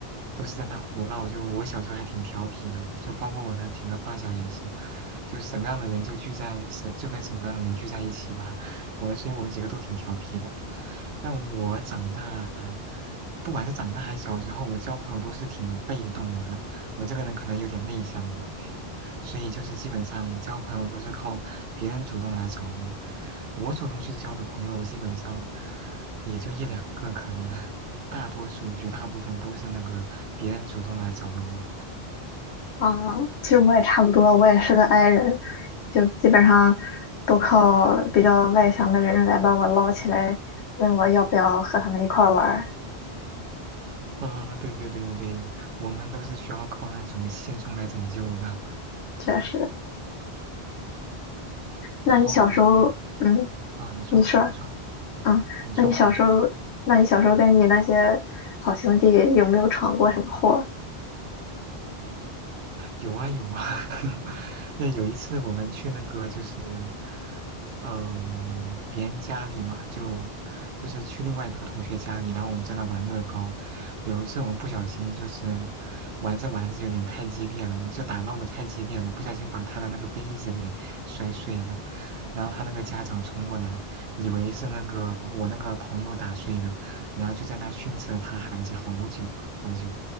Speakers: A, on the right (about 70°); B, on the left (about 80°).
A: 都是在那胡闹。就我小时候还挺调皮的，就包括我那几个发小也是，就什么样的人就聚在什，就跟什么样的人聚在一起吧。<laughs> 我，所以我们几个都挺调皮的。但我长大，不管是长大还是小时候，我交朋友都是挺被动的。我这个人可能有点内向吧，所以就是基本上交朋友都是靠别人主动来找我，我主动去交的朋友基本上也就一两个，可能大多数绝大部分都是那个别人主动来找的我。
B: 啊，其实我也差不多，我也是个 i 人，就基本上都靠比较外向的人来把我捞起来，问我要不要和他们一块儿玩儿。
A: 啊、对对对对对，我们都是需要靠那种现充来拯救的。
B: 确实，那你小时候，
A: 然后，
B: 嗯，
A: 啊、你说，
B: 你说，
A: 你说，
B: 嗯，
A: 你说吧，
B: 那你小时候，
A: 你说，
B: 那你小时候跟你那些好兄弟有没有闯过什么祸？
A: 嗯。有啊有啊，<laughs> 那有一次我们去那个就是，嗯、别人家里嘛，就就是去另外一个同学家里，然后我们在那玩乐高。有一次我们不小心就是玩着玩着有点太激烈了，就打闹的太激烈了，不小心把他的那个杯子给摔碎了。然后他那个家长冲过来，以为是那个我那个朋友打碎的，然后就在那训斥了他孩子好久好久，